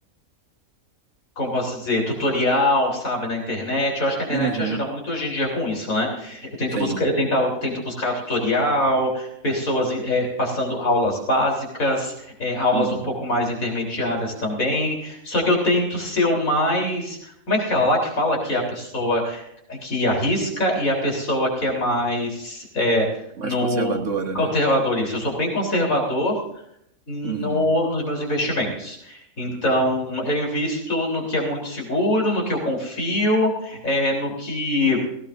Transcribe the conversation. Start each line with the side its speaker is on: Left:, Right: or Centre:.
Left: como posso dizer, tutorial, sabe, na internet. Eu acho que a internet
Right: Uhum.
Left: ajuda muito hoje em dia com isso, né? Eu tento
Right: Sim.
Left: buscar, eu tentava, tento buscar tutorial, pessoas eh, passando aulas básicas, eh, aulas
Right: Uhum.
Left: um pouco mais intermediárias também. Só que eu tento ser o mais, como é que é aquela lá que fala que é a pessoa que arrisca e a pessoa que é mais eh,
Right: Mais
Left: no
Right: conservadora,
Left: conservador
Right: né?
Left: isso. Eu sou bem conservador no-
Right: Uhum.
Left: nos meus investimentos. Então, eu invisto no que é muito seguro, no que eu confio, é, no que